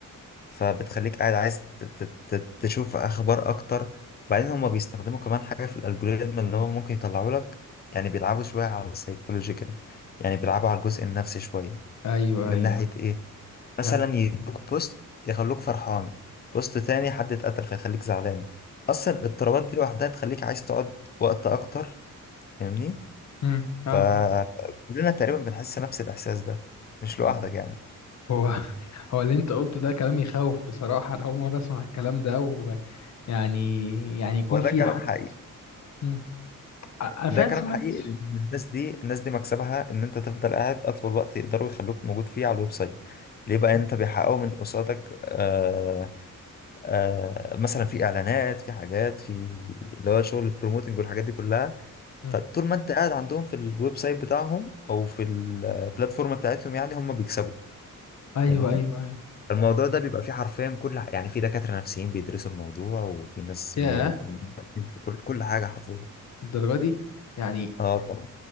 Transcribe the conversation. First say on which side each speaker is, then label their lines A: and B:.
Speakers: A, on the left (about 30°); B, on the left (about 55°).
A: فبتخليك قاعد عايز ت- ت- ت- تشوف أخبار أكتر وبعدين هم بيستخدموا كمان حاجة في الألجوريزم اللي هم ممكن يطلعوا لك يعني بيلعبوا شوية على السايكولوجي كده يعني بيلعبوا على الجزء النفسي شوية
B: ايوه
A: من
B: ايوه
A: ناحية إيه؟ مثلا
B: اه
A: يدوك بوست يخلوك فرحان بوست تاني حد اتقتل فيخليك زعلان أصلا الاضطرابات دي لوحدها تخليك عايز تقعد وقت أكتر فاهمني؟
B: امم اه
A: فكلنا تقريبا بنحس نفس الإحساس ده مش لوحدك
B: اه
A: يعني
B: هو <laughs> هو اللي انت قلته ده كلام يخوف بصراحة انا اول مرة اسمع الكلام ده ويعني يعني يعني يكون
A: هو ده
B: في
A: كلام
B: حد
A: حقيقي
B: مم. انا
A: ده
B: فعلا
A: كلام
B: سمعت
A: حقيقي لأن الناس دي الناس دي مكسبها إن أنت تفضل قاعد أطول وقت يقدروا يخلوك موجود فيه على الويب سايت ليه بقى
B: مم.
A: أنت بيحققوا من قصادك آه آه مثلا في إعلانات في حاجات في اللي هو شغل البروموتنج والحاجات دي كلها
B: مم.
A: فطول ما انت قاعد عندهم في الويب سايت بتاعهم او في البلاتفورم بتاعتهم يعني هم بيكسبوا
B: ايوه
A: فاهمني
B: ايوه ايوه
A: الموضوع ده بيبقى فيه حرفيا كل ح- يعني في دكاترة نفسيين بيدرسوا الموضوع وفي ناس
B: ياه
A: م... كل كل حاجة حرفيا
B: الدرجة دي يعني
A: اه طبعا